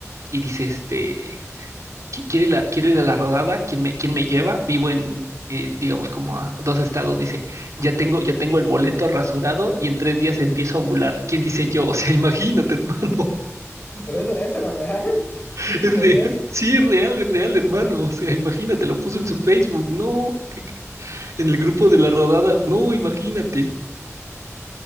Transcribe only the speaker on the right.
y dice este, "Qui- quiero ir a, quiero ir a la rodada, ¿quién me, quién me lleva? Vivo en, eh, digamos, como a dos estados, dice, ya tengo, ya tengo el boleto rasurado y en tres días empiezo a ovular. ¿Quién dice yo? <laughs> O sea, imagínate, hermano,
<laughs>
es
real,
sí, es real, es real, hermano, o sea, imagínate, lo puso en su Facebook, no, que- en el grupo de la rodada, no, imagínate,